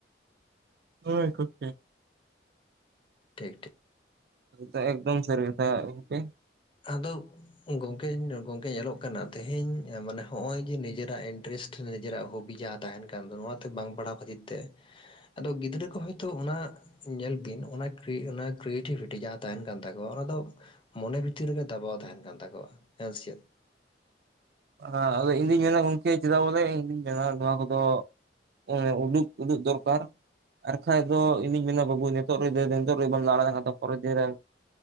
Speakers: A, on the right; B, on the left.
A: ᱦᱳᱭ ᱜᱚᱝᱠᱮ ᱾
B: ᱴᱷᱤᱠ ᱴᱷᱤᱠ ᱾
A: ᱦᱮᱸ ᱮᱠᱫᱚᱢ ᱥᱟᱹᱨᱤ ᱠᱟᱛᱷᱟ ᱵᱤᱱ
B: ᱟᱫᱚ ᱜᱚᱝᱠᱮ ᱜᱚᱝᱠᱮ ᱧᱮᱞᱚᱜ ᱠᱟᱱᱟ ᱛᱮᱦᱮᱧ ᱢᱟᱱᱮ ᱦᱚᱜ-ᱚᱭ ᱡᱮ ᱱᱤᱡᱮᱨᱟᱜ ᱤᱱ ᱴᱨᱮᱥᱴ ᱨᱮ ᱱᱤᱡᱮᱨᱟᱜ ᱦᱚᱵᱤ ᱡᱟᱦᱟᱸ ᱛᱟᱦᱮᱱ ᱠᱟᱱ ᱫᱚ ᱱᱚᱣᱟ ᱛᱮ ᱵᱟᱝ ᱵᱟᱲᱦᱟᱣ ᱠᱷᱟᱹᱛᱤᱨ ᱛᱮ <inaudible> ᱟᱫᱚ ᱜᱤᱫᱽᱨᱟᱹ ᱠᱚ ᱦᱚᱭᱛᱳ ᱚᱱᱟ ᱧᱮᱞ-ᱵᱤᱱ ᱚᱱᱟ ᱠᱨᱤ ᱚᱱᱟ ᱠᱨᱤᱭᱮᱴᱤᱼᱵᱷᱤᱴᱤ ᱡᱟᱦ ᱛᱟᱦᱮᱱ ᱠᱟᱱ ᱛᱟᱠᱚᱣᱟ ᱚᱱᱟ ᱫᱚ ᱢᱚᱱᱮ ᱵᱷᱤᱛᱤᱨ ᱨᱮ ᱜᱮ ᱫᱟᱵᱟᱣ ᱛᱟᱦᱮᱱ ᱠᱟᱱ ᱛᱟᱠᱚᱣᱟ ᱦᱮᱸ ᱥᱮ ᱪᱮᱫ?
A: ᱦᱮᱸ ᱟᱫᱚ ᱤᱧᱫᱩᱧ ᱢᱮᱱᱟ ᱜᱚᱝᱠᱮ ᱪᱮᱫᱟᱜ ᱵᱚᱞᱮ ᱤᱧᱫᱩᱧ ᱢᱮᱱᱟ ᱱᱚᱣᱟ ᱠᱚ ᱫᱚ ᱚᱻ ᱩᱰᱩᱠ ᱩᱰᱩᱜ ᱫᱚᱨᱠᱟᱨ ᱾ ᱟᱨ ᱵᱟᱠᱷᱟᱡ ᱫᱚ ᱤᱧ-ᱫᱩᱧ ᱢᱮᱱᱟ ᱵᱟᱹᱵᱩ ᱱᱤᱛᱚᱜ ᱨᱮ ᱱᱤᱛᱚᱜ ᱨᱮᱵᱚᱱ ᱞᱟᱲᱟ ᱞᱮᱠᱷᱟᱱ ᱯᱚᱨᱮᱨ ᱫᱤᱱ ᱨᱮ